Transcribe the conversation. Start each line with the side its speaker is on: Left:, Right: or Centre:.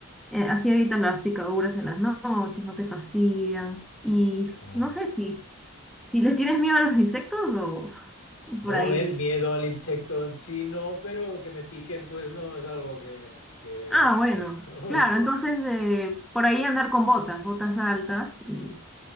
Centre: eh, así evitas las picaduras en las noches, no te fastidian. Y
Left: Claro.
Centre: no sé si, si les tienes miedo a los insectos o
Left: No
Centre: por ahí.
Left: ver miedo al insecto en sí, no, pero que me piquen, pues no, es algo que, que
Centre: Ah, bueno,
Left: <laughs> vamos.
Centre: claro, entonces eh, por ahí andar con botas, botas altas y